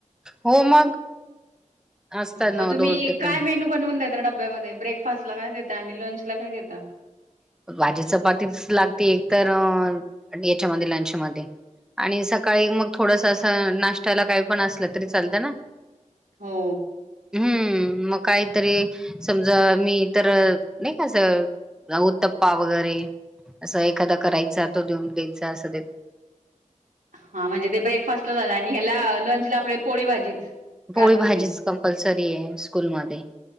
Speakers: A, in the centre; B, on the right.
A: हो मग. असतात
B: मग
A: ना
B: तुम्ही
A: दोन टिफिन
B: काय मेनू बनवून दता, डब्यामध्ये ब्रेक फास्ट ला काय देता, आणि लंच ला काय देता.
A: भाजी चपातीच लागते, एक तर याच्यामध्ये लंचमध्ये. आणि सकाळी मग, थोडस असं नाष्टायाला काही पण असलं तरी चालतं ना.
B: हो.
A: हम्म मग काहीतरी. समजा मी तर नाही का अस. उतप्पा वगैरे, असं एखादा करायचा, तो देऊन द्यायचा असं देतो.
B: हा म्हणजे ते ब्रेकफास्ट ला झालं, आणि ह्याला लंचला आपल्या पोळी भाजीच. काय
A: पोळी
B: असेल
A: भाजीच
B: ती
A: कंपल्सरी आहे स्कूलमध्ये.